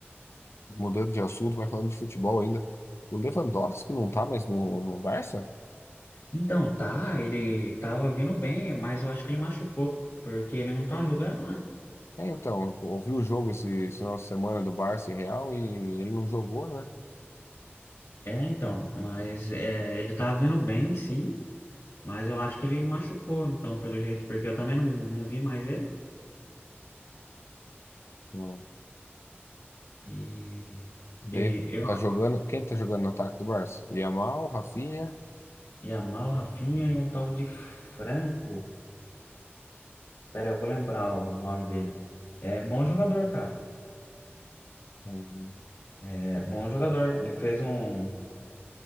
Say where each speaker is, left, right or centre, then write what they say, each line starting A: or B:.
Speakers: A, on the left; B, on the left.
A: mudando de assunto, mas falando de futebol ainda. O Lewandowski não tá mais no, no Barça?
B: Então, tá, ele tava vindo bem, mas eu acho que ele machucou, porque ele não tá jogando, né?
A: É, então, eu ouvi o jogo esse esse final de semana do Barça e Real e ele não jogou, né?
B: É, então, mas é, ele tava vindo bem, sim, mas eu acho que ele machucou, então, pelo jeito, porque eu também não, não vi mais ele.
A: Não.
B: E,
A: Daí
B: e eu,
A: tá jogando. Quem tá jogando no ataque do Barça? O Yamal, o Rafinha.
B: Yamal, Rafinha e um tal de Franco, pera, eu vou lembrar o nome dele. É bom jogador, cara,
A: hum,
B: é bom jogador. Ele fez um,